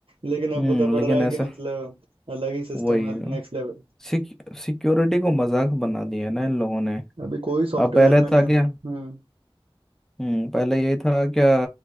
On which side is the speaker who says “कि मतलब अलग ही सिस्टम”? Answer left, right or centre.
Right